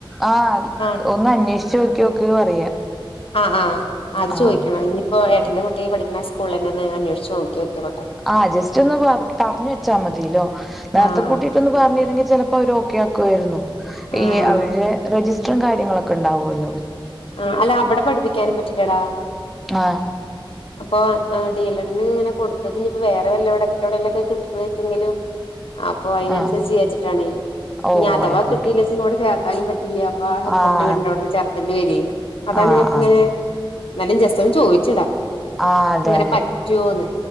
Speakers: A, in the centre; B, on the left.
A: ആഹ,
B: ആഹ്
A: ഒന്ന് അന്വേഷിച്ച്നോക്കി യോക്ക് പറയാ.
B: ആഹ് ആഹ്, അത്
A: ആഹ്
B: ചോദിക്കണം ഞ്ഞി ഇപ്പൊ ഏട്ടന്റെ കുട്ടി പഠിക്ക്ണ സ്കൂൾലെന്നെ ഒന്ന് അന്വേഷിച്ചു നോക്കി നോക്കെണ ട്ടോ?
A: ആഹ്, ജസ്റ്റ് ഒന്ന് പറഞ്ഞ് വെച്ചാ മതിയല്ലോ, നേരത്തെ
B: ആഹ്
A: കൂട്ടിട്ടൊന്ന് പറഞ്ഞിരുന്നെങ്കിൽ ചെലപ്പോ അവരൊ കേൾക്കുവായിരുന്നു
B: ഉം ആഹ്
A: ഈ അവരുടെ രജിസ്റ്ററും കാര്യങ്ങളൊക്കെ ഉണ്ടാവല്ലോ
B: ആഹ് അല്ല അവിടെ പഠിപ്പിക്കാനും പറ്റില്ലടാ
A: ആഹ്
B: അപ്പൊ ഡി എൽ എഡിന് ഇങ്ങന കൊടുത്തത് ഇനിപ്പോ വേറെ വല്ല എവിട എവിടെയല്ലൊക്കെ കിട്ടന്ന് വെച്ചെങ്കിലും അപ്പൊ അതിനനുസരിച്ച്
A: ആഹ്
B: ചീയ്യാച്ചിട്ടാണേ
A: ഓ
B: ഇനി അഥവാ
A: ആയിക്കോട്ടെ
B: കിട്ടീലച്ചങ്കെ ഇവിടെ കേറാനും പറ്റില്ല അപ്പ ആ ഹസ്ബന്ഡറ്
A: ആഹ്
B: വീടിന്റെ അവിടന്ന് ചേർക്കണ്ട വരി അതാണ്
A: ആഹ്
B: പ്പ ഇങ്ങനെ
A: ആഹ്
B: എന്നാലും ജസ്റ്റ് ഒന്ന് ചോയിച്ചിടാ
A: ആഹ് അതെ
B: ഇങ്ങനെ
A: അതെ
B: പറ്റുവോന്ന്